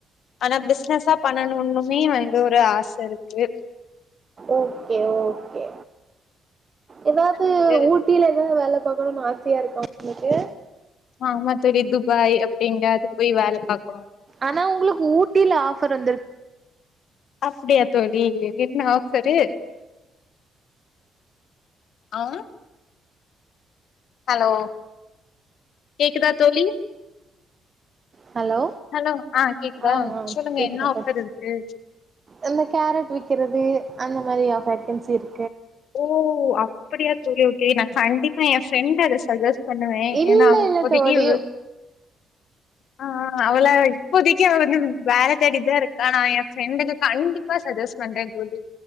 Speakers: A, on the left; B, on the right.
A: ஆனா பிஸ்னஸா பண்ணனும்னுமே வந்து ஒரு ஆச இருக்கு
B: ஓக்கே கே எதாது
A: நா வந்து
B: ஊட்டில எதாவ வேல பாக்கணுன் ஆசையாருக்கா உங்களுக்கு
A: ஆமா தோழி துபாய் அப்டிங்க அது போய் வேல பாக்
B: ஆனா உங்களுக்கு ஊட்டில ஆஃபர் வந்துரு
A: அப்படியா தோழி வ் என்ன ஆஃப்சரு ஆ ஹலோ கேக்குதா தோழி
B: ஹலோ
A: ஹலோ கேக்குதா
B: ஆ ஆ
A: சொல்லுங்க
B: கேக்குதப்ப
A: என்ன ஆஃபர் இருக்கு
B: அந்த கேரட் விக்கிறது அந்த மாதிரி ஆஃப் வேக்கன்சி இரு
A: ஓ அப்டியா தோழி ஓகே நா கண்டிப்பா ஏ ஃப்ரெண்ட அத சஜஸ் பண்ணுவே
B: இல்ல
A: ஏனா அவ
B: இல்ல
A: இப்போதக்கி
B: தோழி
A: இவ் அ அ அவள இப்போதிக்கு அவ வந்து வேல தேடிட்தா இருக்கா நா ஏ ஃப்ரெண்டுக்கு கண்டிப்பா சஜஸ்ட் பண்ற தோழி